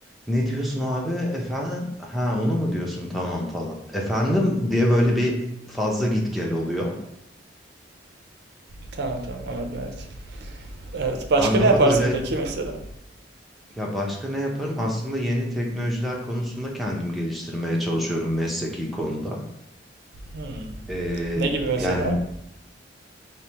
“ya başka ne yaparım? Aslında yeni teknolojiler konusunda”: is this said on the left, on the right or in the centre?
Centre